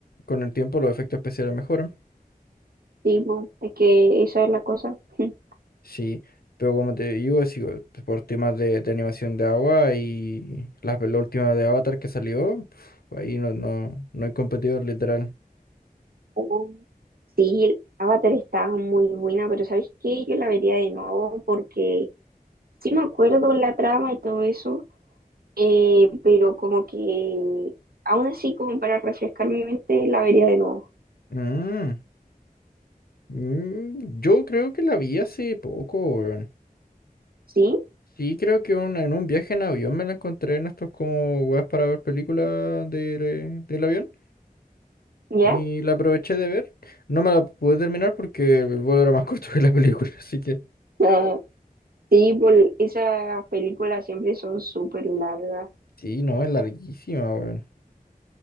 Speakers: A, on the left (about 85°); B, on the right (about 80°).
A: Con el tiempo los efectos especiales mejoran.
B: Sí, po, es que esa es la cosa. <laughs> Sí,
A: Sí, pero como te digo, es igual, pues, por temas de, de animación de agua y la, la última de Avatar que salió, pf, ahí no, no, no hay competidor literal.
B: oh, Sí, Avatar estaba muy buena, pero ¿sabes qué? Yo la vería de nuevo porque sí me acuerdo la trama y todo eso, eh, pero como que aún así como para refrescar mi mente la vería de nuevo.
A: Mm, mm, yo creo que la vi hace poco, weón.
B: ¿Sí?
A: Sí, creo que un- en un viaje en avión me la encontré en estos como weas para ver películas de, de- del avión
B: ¿Ya?
A: y la aproveché de ver. No me la pude terminar porque el vuelo era más <laughs> corto que la película, así que
B: Ah, sí, por esas películas siempre son súper largas
A: sí, no, es larguísima, weón.